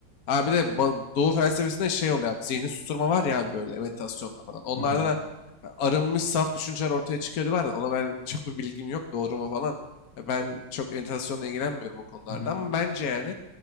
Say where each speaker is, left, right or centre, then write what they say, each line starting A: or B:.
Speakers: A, on the left (about 55°); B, on the left (about 75°).
A: Abi de ba- Doğu felsefesinde şey oluyor abi, zihni susturma var ya abi böyle meditasyonda falan. Onlarda
B: hı hı
A: da e, arınmış saf düşünceler ortaya çıkıyor diyorlar da ona ben <laughs> çok bir bilgim yok doğru mu falan. E, Ben çok meditasyonla ilgilenmiyorum bu konularda
B: hı
A: ama bence yani